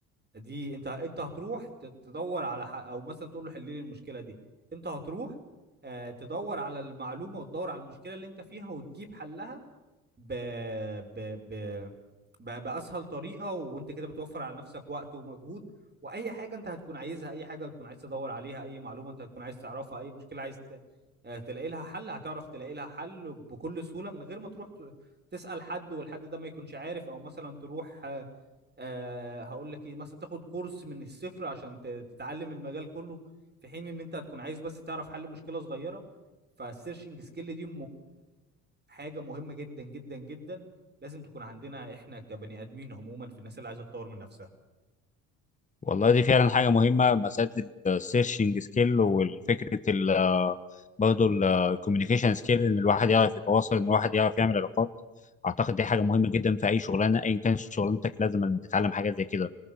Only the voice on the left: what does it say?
والله دي فعلا حاجه مهمه مساله السيرشنج سكيل والفكره ال آه، برضه الكوميونيكيشن سكيل ان الواحد يعرف يتواصل ان الواحد يعرف يعمل علاقات
اعتقد دي حاجه مهمه جدا في اي شغلانه ايا كانت شغلانتك لازم تتعلم حاجه زي كده